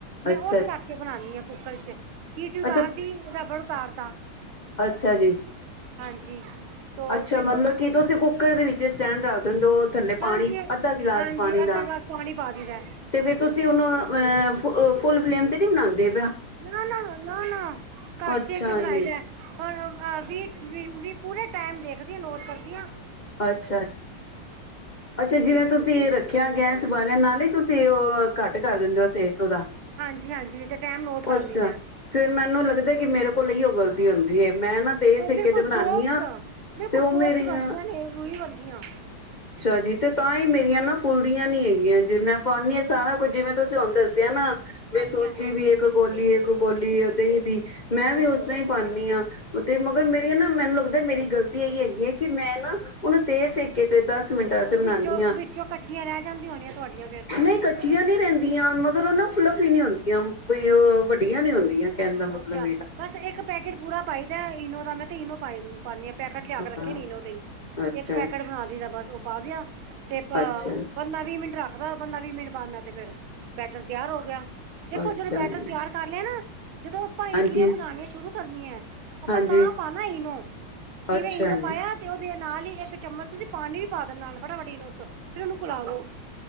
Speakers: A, on the right; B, on the left.
A: ਮੈਂ
B: ਅੱਛਾ,
A: ਔਦੇ ਤੇ ਰਖ ਕੇ ਬਣਾਣੀ ਆਂ। ਕੁੂੱਕਰ ਇਚ। ਸੀਟੀ ਉਤਾਰਦੀ
B: ਅੱਛਾ,
A: ਰਬੜ ਤਾਰ ਤਾਂ
B: ਅੱਛਾ ਜੀ।
A: ਹਾਂਜੀ। ਤੋ
B: ਅੱਛਾ,
A: ਫਿਰ
B: ਮਤਲਬ
A: ਉਹ
B: ਕੀ ਤੁਸੀਂ ਕੁ ਕੁੱਕਰ ਦੇ ਵਿੱਚ ਸਟੈਂਡ ਰੱਖ ਦਿੰਦੇ ਔ ਥੱਲੇ
A: ਹਾਂਜੀ
B: ਪਾਣੀ ਅੱਧਾ ਗਿਲਾਸ
A: ਹਾਂਜੀ
B: ਪਾਣੀ
A: ਅੱਧਾ
B: ਦਾ
A: ਗਲਾਸ ਪਾਣੀ ਪਾ ਦਈਦਾ
B: ਤੇ ਫੇਰ ਤੁਸੀਂ ਉਨੂੰ ਅਹ ਫੁਲ ਫਲੇਮ ਤੇ ਨੀ ਬਨਾਂਦੇ।
A: ਨਾ-ਨਾ-ਨਾ-ਨਾ-ਨਾ ਘੱਟ
B: ਅੱਛਾ
A: ਸੇਕ ਤੇ ਬਣਾਈ
B: ਜੀ,
A: ਦੈ ਹ ਅ ਵੀ ਵੀ ਪੂਰੇ ਟੈਮ ਦੇਖਦੀ ਆਂ ਨੋਟ ਕਰਦੀ ਆਂ।
B: ਅੱਛਾ-ਅੱਛਾ, ਜਿਵੇਂ ਤੁਸੀਂ ਰੱਖਿਆ ਗੈਸ ਬਾਲਿਆ ਨਾਲੇ ਤੁਸੀਂ ਅਹ ਘੱਟ ਕਰ ਦਿੰਦੇ ਔ ਸੇਕ? ਕਿਦਾ?
A: ਹਾਂਜੀ-ਹਾਂਜੀ ਤੇ ਟਾਈਮ ਨੋਟ ਕਰ
B: ਅੱਛਾ,
A: ਲਈਦਾ।
B: ਫੇਰ ਮੈਨੂੰ ਲੱਗਦੈ ਕਿ ਮੇਰੇ ਕੋਲ ਅਈਔ ਗ਼ਲਤੀ ਹੁੰਦੀ ਏ, ਮੈਂ ਨਾ ਤੇਜ ਸੇਕ
A: ਬਿਲਕੁਲ
B: ਤੇ ਬਣਾਂਣੀ
A: ਸੋਫਟ
B: ਆਂ
A: ਬਿਲਕੁਲ
B: ਤੇ ਔ
A: ਸੋਫਟ
B: ਮੇਰੀ
A: ਬਣਦੀਆਂ
B: ਅ
A: ਨੇ ਰੂਈ ਵਰਗੀਆਂ।
B: ਹਜੀ ਤੇ ਤਾਂ ਈ ਮੇਰੀਆਂ ਨਾ ਫੁੱਲਦੀਆਂ ਨੀ ਹੈਗੀਆਂ ਜੇ ਮੈਂ ਪਾਣੀ ਆ ਸਾਰਾ ਕੁੱਝ ਜਿਵੇਂ ਤੁਸੀਂ ਹੁਣ ਦੱਸਿਆ ਨਾ ਮੈਂ
A: ਹਾਂਜੀ-ਹਾਂਜੀ,
B: ਸੋਚੀ ਵੀ ਏਕ ਕੋਲੀ ਏਕ ਕੋਲੀ ਦੀਐ, ਦਹੀਂ ਦੀ ਮੈਂ
A: ਹਾਂਜੀ
B: ਵੀ ਔਸ
A: ਹਾਂਜੀ
B: ਤਰ੍ਹਾਂ ਈ ਪਾਣੀ ਆਂ, ਤੇ ਮਗਰ ਮੇਰੀਆ ਨਾ ਮੈਨੂੰ ਲੱਗਦਾ ਮੇਰੀ ਗਲਤੀ ਐਹੀ ਹੈਗੀ ਏ ਕਿ ਮੈਂ ਨਾ ਉਨੂੰ ਤੇਜ਼ ਸੇਕੇ ਤੇ ਦਸ ਮਿੰਟਾਂ ਅਸੇ
A: ਤੇ
B: ਬਣਾਣੀ
A: ਵਿੱਚੋਂ
B: ਆਂ
A: ਵਿੱਚੋਂ ਕੱਚੀਆਂ ਰਹਿ ਜਾਂਦੀਆਂ ਹੋਣੀਆਂ ਤੁਹਾਡੀਆਂ ਫੇਰ ਤੇ
B: ਨਹੀਂ ਕੱਚੀਆਂ ਨੀ ਰੈੰਦੀਆਂ ਮਗਰ ਔਨਾਂ ਫਲਫੁ ਨੀ ਹੁੰਦੀਆਂ। ਬਈ ਔ ਵੱਡੀਆਂ ਨੀ ਹੁੰਦੀਆਂ। ਕਹਿਣ ਦਾ ਮਤਲਬ
A: ਅੱਛਾ,
B: ਮੇਰਾ
A: ਬਸ ਏਕ ਪੈਕੇਟ ਪੂਰਾ ਪਾਈਦੈ ਇਨੋ ਦਾ ਮੈਂ ਤੇ ਇਨੋ ਪਾਏ ਪਾਣੀ ਆਂ ਪੈਕਟ ਲਿਆ ਕੇ ਰੱਖੇ
B: ਹਾਂ
A: ਨੇ ਇਨੋ ਦੇ ਈ,
B: ਅੱਛਾ
A: ਇੱਕ ਪੈਕਟ ਬਣਾ ਦੀਦੈ ਬਸ। ਔ ਪਾ ਦੇਆ। ਤੇ ਪ
B: ਅੱਛਾ
A: ਪੰਦਰਾਂ ਵੀਹ ਮਿੰਟ ਰੱਖ ਪੰਦਾ-ਵੀਹ ਮਿੰਟ ਬਾਦ ਮੈਂ ਤੇ ਫੇਰ ਬੈਟਰ ਤਿਆਰ ਹੋ ਗਿਆ। ਦੇਖੋ,
B: ਅੱਛਾ
A: ਜ ਬੈਟਰ
B: ਜੀ,
A: ਤਿਆਰ ਕਰ ਲਿਆ ਨਾ ਜਦੋਂ ਆਪਾਂ
B: ਹਾਂਜੀ
A: ਇਡਲੀਆਂ ਬਣਾਣੀਆਂ ਸ਼ੁਰੂ ਕਰਨੀਆਂ, ਆਪਾਂ
B: ਹਾਂਜੀ
A: ਤਾਂ ਪਾਣਾ ਇਨੋ ਜਿਵੇਂ
B: ਅੱਛਾ
A: ਇਨੂੰ
B: ਜੀ
A: ਪਾਇਆ ਤੇ ਦੇ ਨਾਲ ਹੀ ਇੱਕ ਚਮਚ ਤੁਸੀਂ ਪਾਣੀ ਵੀ ਪਾ ਦ ਨਾਲ ਫਟਾਫਟ ਉੱ ਫਿਰ ਉਹਨੂੰ ਘੁਲਾ ਦੋ